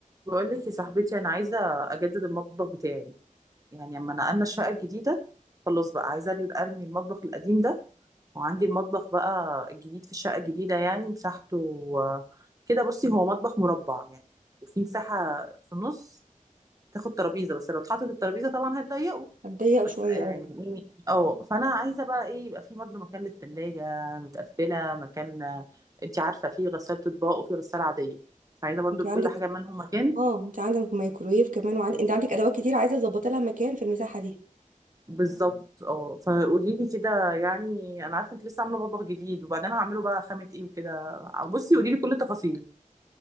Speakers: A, on the right; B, on the right.
A: بقول لك يا صاحبتي انا عايزه اجدد المطبخ بتاعي يعني لما نقلنا الشقه الجديده خلاص بقى عايزه ارمي المطبخ القديم ده وعندي المطبخ بقى الجديد في الشقه الجديده يعني مساحته آه، كده بصي هو مطبخ مربع يعني وفي مساحه في النص تاخد ترابيزه بس لو اتحطت الترابيزه طبعا هتضيقه
B: هتضيق
A: بس
B: شويه
A: يعني
B: اه
A: إيه، اه فانا عايزه بقى ايه يبقى في برضه مكان للتلاجة متقفله مكان آه، انت عارفه في غساله اطباق وفي غساله عاديه عايزه برضو
B: انت
A: لكل
B: عندك
A: حاجه مالهم مكان
B: اه انت عندك مايكرويف كمان وعند... انت عندك ادوات كتير عايزه اظبط لها مكان في المساحه دي
A: بالظبط اه فقولي لي كده يعني انا عارفه انت لسه عامله مطبخ جديد وبعدين هعمله بقى خامه ايه وكده بصي قولي لي كل التفاصيل